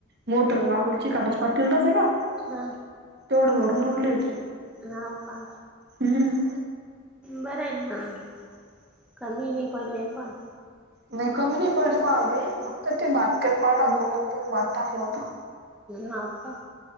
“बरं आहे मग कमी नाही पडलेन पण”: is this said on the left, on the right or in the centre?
Centre